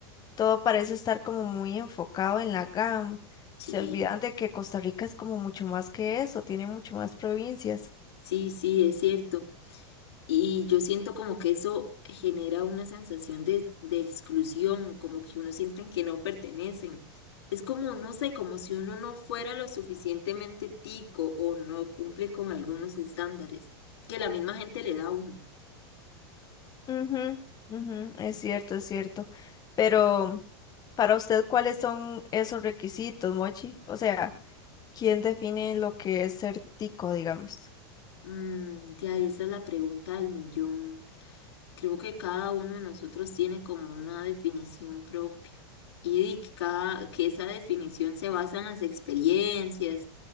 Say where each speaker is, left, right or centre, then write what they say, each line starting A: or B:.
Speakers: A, on the left; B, on the left.
A: todo parece estar como muy enfocado en la GAM. Se
B: Sí,
A: olvidan de que Costa Rica es como mucho más que eso, tiene mucho más provincias.
B: sí, sí, es cierto. Y yo siento como que eso genera una sensación de, de exclusión, como que uno sienten que no pertenecen. Es como, no sé, como si uno no fuera lo suficientemente tico o no cumple con algunos estándares que la misma gente le da a uno.
A: Ujú, ujú, es cierto, es cierto. Pero... Para usted, ¿cuáles son esos requisitos, Mochi? O sea, ¿quién define lo que es ser tico, digamos?
B: Mm, ya, y esa es la pregunta del millón. Creo que cada uno de nosotros tiene como una definición propia y que cada, que esa definición se basa en las experiencias,